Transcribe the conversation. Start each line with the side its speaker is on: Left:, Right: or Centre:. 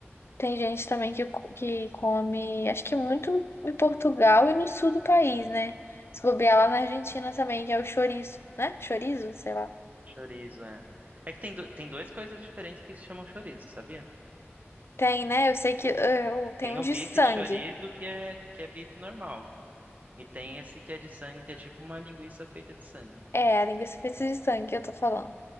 Left: Tem gente também que, co- que come, acho que muito em Portugal e no sul do país, né? Se bobear lá na Argentina também, que é o chouriço, né? Chorizo, sei lá.
Right: Chorizo, é. É que tem, do- tem duas coisas diferentes que se chamam chorizo, sabia?
Left: Tem, né? Eu sei que eh, eu, tem
Right: Tem
Left: um
Right: o
Left: de
Right: bife
Left: sangue.
Right: de chorizo, que é, que é bife normal. E tem esse que é de sangue, que é tipo uma linguiça feita de sangue.
Left: É, a linguiça feita de sangue que eu tô falando.